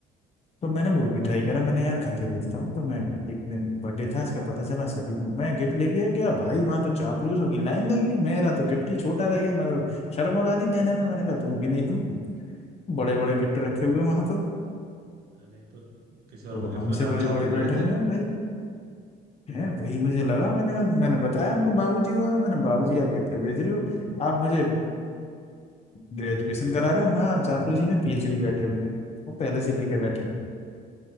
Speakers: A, on the left (about 40°); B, on the right (about 75°).
A: तो मैंने वो भी ट्राई करा मैंने यार खा के देखता हूँ तो मैं एक दिन बर्थडे था इसका पता चला सभी तो मैं गिफ्ट लेके आ गया भाई वहां तो चापलूस होगी लाइन लगी हुई मेरा तो गिफ्ट ही छोटा रह गया मेरा शर्म और आ रही
B: <laughs>
A: देने में मैंने कहा दूं कि नहीं दूं बड़े बड़े गिफ्ट रखे हुए वहां तो
B: अरे तो किसी और
A: तो
B: को गिफ्ट
A: हमसे
B: में नाम
A: बड़े
B: छाप
A: बड़े
B: के दे
A: बैठे
B: देते
A: हुए हैं भाई है वही मुझे लगा मैंने कहा मैंने बताया उनको बाबूजी हुआ था, मैंने बाबूजी आप गिफ्ट भेज रहे हो आप मुझे ग्रेजुएशन करा रहे हो वहाँ चापलूसी में पीएचडी बैठे हुए हैं वो पहले से लेके बैठे हैं